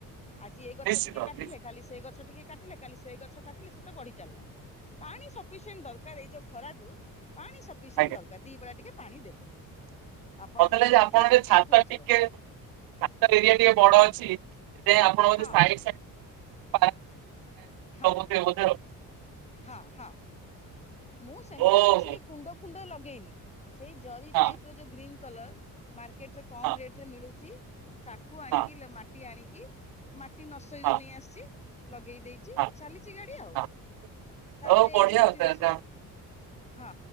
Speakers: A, on the left; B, on the right.
A: ଆଜି ଏଇ ଗଛ
B: ନିଶ୍ଚିତ
A: ଟିକେ କାଟିଲେ,
B: ନିଶ୍ଚିତ
A: କାଲି ସେଇ ଗଛ ଟିକେ କାଟିଲେ କାଲି ସେଇ ଗଛ କାଟିଲେ, ସେ ତ ବଢି ଚାଲିଲା, ପାଣି ସଫିସିଏଣ୍ଟ ଦରକାର ଏଇ ଯୋଉ ଖରାକୁ ପାଣି ସଫିସିଏଣ୍ଟ
B: ଆଜ୍ଞା
A: ଦରକାର, ଦି ବେଳା ଟିକେ ପାଣି ଦେବେ। ଆପଣ
B: ମତେ
A: ଗଛ
B: ଲାଗୁଚି ଆପଣଙ୍କ
A: ଦେଖିଲେ ବି
B: ଛାତ
A: ପେଟ ପୁରିଯିବ
B: ଟିକେ ଛାତ ଏରିଆ ଟିକେ ବଡ ଅଛି, ସେଥିପାଇଁ ଆପଣ ବୋଧେ
A: ହଁ
B: ସାଇଡ଼ ସାଇଡ <unintelligible>
A: ହଁ
B: ଲଗଉଥିବେ ବୋଧେ ଆଉ।
A: ହଁ ହଁ। ମୁଁ ସେମିତି
B: ଓହୋ
A: କିଛି କୁଣ୍ଡ ଫୁଣ୍ଡ ଲଗେଇନି, ସେଇ ଜରି
B: ହଁ
A: ଟାଇପ୍ ର ଯୋଉ ଗ୍ରୀନ୍ କଲର ମାର୍କେଟ ରେ କମ୍
B: ହଁ
A: ରେଟ୍ ରେ ମିଳୁଚି, ତାକୁ ଆଣିକି
B: ହଁ
A: ମାଟି ଆଣିକି ମାଟି ନସୋଇରୁୁ
B: ହଁ
A: ନେଇ ଆସିଛି, ଲଗେଇ ଦେଇଚି,
B: ହଁ
A: ଚାଲିଚି ଗାଡ଼ି ଆଉ।
B: ହଁ।
A: ତାପରେ
B: ହଉ ବଢିଆ
A: ଏଇ ଯୋଉ
B: ଆଉ
A: ଜିନିଷ
B: ତାହେଲେ
A: ହଁ,